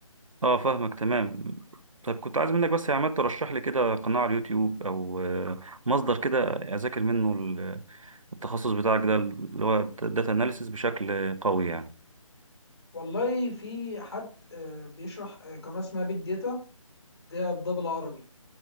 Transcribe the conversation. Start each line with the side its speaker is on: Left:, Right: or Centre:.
Right: اه فاهمك تمام طيب كنت عايز منك بس يا عماد ترشح لي كده قناة على اليوتيوب او آه، مصدر كده اذاكر منه ال- التخصص بتاعك ده اللي هو داتا اناليسيس بشكل قوي يعني
Left: والله في حد آه، بيشرح آه، قناة اسمها بيج داتا ده بالعربي